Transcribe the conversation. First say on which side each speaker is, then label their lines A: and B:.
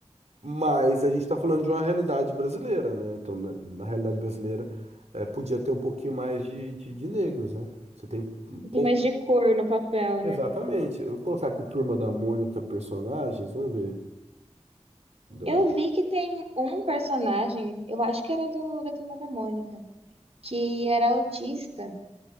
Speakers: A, on the right; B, on the right.
A: mas a gente tá falando de uma realidade brasileira, né? Então, na, na realidade brasileira, é, podia ter um pouquinho mais de, de, de negros, né? Você tem pou-
B: mais de cor no papel,
A: Exatamente.
B: né?
A: Eu vou colocar aqui Turma da Mônica personagens. Vamos ver. Da-
B: Eu vi que tem um personagem, eu acho que era do, da Turma da Mônica, que era autista.